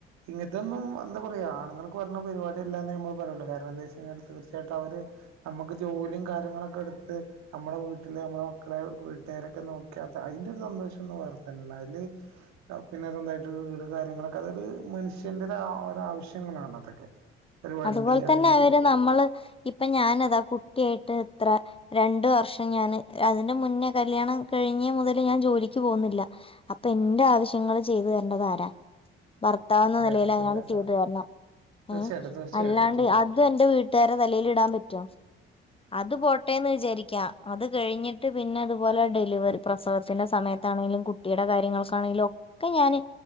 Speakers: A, on the right; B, on the left.
A: ഇങ്ങൻത്തൊന്നും എന്താ പറയാ ആണ്ങ്ങൾക്ക്‌ പർഞ്ഞ പെര്പാട്യല്ലാന്ന് നമ്മൾ പറിണ കാരണം ന്താ ച്ചയ്ഞ്ഞാല് തീർച്ചയ്ട്ടു അവര് അമ ക്ക്‌ ജോലിയും കാര്യങ്ങളൊക്കെ എടുത്ത് നമ്മുടെ വീട്ടില് നമ്മെടെ മക്കളെയൊ വീട്ട്കാരൊക്കെ നോക്കി അതാ അയ്ന്റൊര് സ സന്തോശൊന്ന് വേറെ ത്തന്നെണ് അത് പിന്നെ സൊന്തായിട്ട് വീട് കാര്യങ്ങളൊക്കെ അതയ്ത് മനുഷ് ഷ്യന്റെ ഒരാ ആവശ്യങ്ങളാണ് അതൊക്കെ ഒരു വണ്ടി
B: അതുപോലെ
A: അല്ലെങ്കിൽ
B: തന്നെ അവര് നമ്മള് ഇപ്പ ഞാനതാ കുട്ടിയായിട്ട് ത്ര രണ്ട് വർഷം ഞാന് അതിന്റെ മുന്നേ കല്യാണം കഴിഞ്ഞെ മുതല് ഞാൻ ജോലിക്ക് പോവ്ന്നില്ല അപ്പൊ എന്റെ ആവശ്യങ്ങള് ചെയ്തു തര്ണ്ടത് ആരാ ഭർത്താവെന്ന
A: ഒരു
B: നെലേല്
A: ഹസ്ബൻഡ്
B: അയാള് ചെയ്തു തര്ണം
A: തീർച്ചയായിട്ടും
B: ഏ
A: തീർച്ചയായിട്ടും
B: അല്ലാണ്ട്
A: തീർച്ചയായിട്ടും
B: അതും എന്റെ വീട്ട്കാരെ തലേല് ടാൻ പറ്റോ അത് പോട്ടേന്ന് വിചാരിക്കാം അത് കഴിഞ്ഞിട്ട് പിന്നെ അതുപോലെ ഡെലിവറി പ്രസവത്തിന്റെ സമയത്താണെങ്കിലും കുട്ടിയുടെ കാര്യങ്ങൾക്കാണെങ്കിലും ഒക്കെ ഞാന്